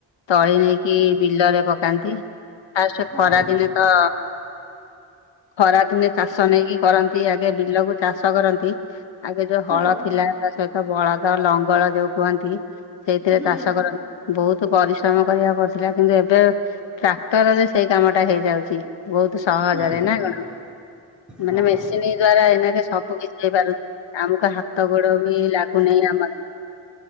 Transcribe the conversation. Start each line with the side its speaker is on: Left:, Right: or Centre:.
Left: ତଳି ନେଇକି ବିଲରେ ପକାନ୍ତି ଆଉ ସେ
Centre: ହଁ
Left: ଖରା ଦିନେ ତ ଖରା ଦିନେ ଚାଷ ନେଇକି କରନ୍ତି ଆଗେ ବିଲକୁ ଚାଷ କରନ୍ତି ଆଗେ ଯୋଉ
Centre: ହଁ
Left: ହଳ ଥିଲା ତା ସହିତ ବଳଦ ଲଙ୍ଗଳ ଯୋଉ କୁହନ୍ତି ସେଇଥିରେ
Centre: ହୁଁ
Left: ଚାଷ କରନ୍ତି ବହୁତ ପରିଶ୍ରମ କରିବାକୁ ପଡିଥିଲା କିନ୍ତୁ ଏବେ ଟ୍ରାକ୍ଟରରେ ସେଇ କାମଟା ହେଇଯାଉଛି ବହୁତ ସହଜରେ
Centre: ହୁଁ।
Left: ନା କଣ ମାନେ
Centre: ହଁ। ହଁ
Left: ମେସିନ୍ ଦ୍ଵାରା ଏନାକେ ସବୁ କିଛି ହେଇପାରୁଛି ଆମକୁ ହାତ ଗୋଡ ବି ଲାଗୁନାହିଁ ଆମର